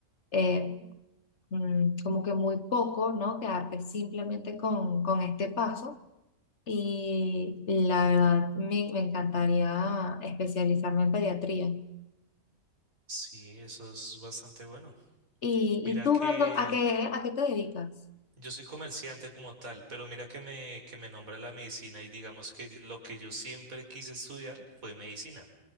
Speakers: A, on the left; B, on the right.
A: eh, mm, como que muy poco, ¿no? Quedarte simplemente con, con este paso. Y la verdad, me, me encantaría especializarme en pediatría.
B: sí, eso es bastante bueno.
A: Y,
B: Mira
A: y tú,
B: que
A: Brandon, ¿a qué, a qué te dedicas?
B: yo soy comerciante como tal, pero mira que me, que me nombra la medicina y digamos que lo que yo siempre quise estudiar fue medicina.